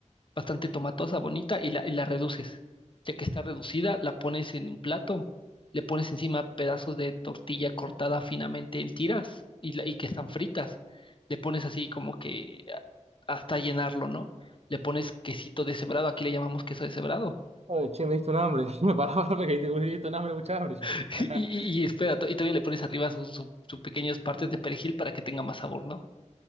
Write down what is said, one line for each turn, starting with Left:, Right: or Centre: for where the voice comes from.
Left: bastante tomatosa, bonita, y la, y la reduces. Ya que está reducida, la pones en un plato, le pones encima pedazos de tortilla cortada finamente en tiras y, la- y que están fritas. Le pones así como que a- hasta llenarlo, ¿no? Le pones quesito deshebrado, aquí le llamamos queso deshebrado.
Right: Ay, che, me diste un hambre. <laughs> Me paraba porque te- me diste un hambre, mucha hambre ya.
Left: <laughs>
Right: <laughs>
Left: Y, y, y espera, to- y todavía le pones arriba sus sus- sus pequeñas partes de perejil para que tenga más sabor, ¿no?